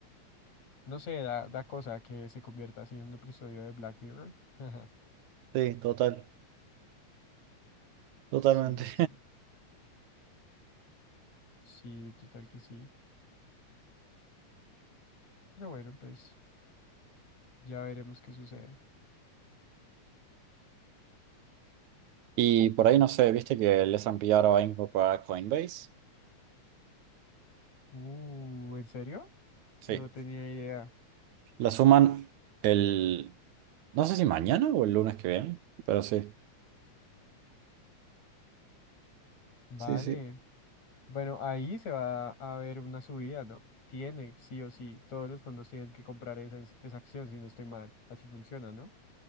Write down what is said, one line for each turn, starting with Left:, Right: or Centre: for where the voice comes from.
Left: no sé, da, da cosa que se convierta así en un episodio de Black Mirror. <laughs>
Right: Sí, total, totalmente.
Left: Sí, sí, sí. Sí, total que sí. Pero bueno, pues ya veremos qué sucede.
Right: Y por ahí no sé, viste que el S&P ahora va a incorporar Coinbase.
Left: Uh, ¿en serio?
Right: Sí,
Left: No tenía idea.
Right: la suman el, no sé si mañana o el lunes que viene, pero sí.
Left: Vale.
Right: Sí, sí.
Left: Bueno, ahí se va a ver una subida, ¿no? Tiene, sí o sí. Todos los fondos tienen que comprar esa, esa acción, si no estoy mal. Así funciona, ¿no?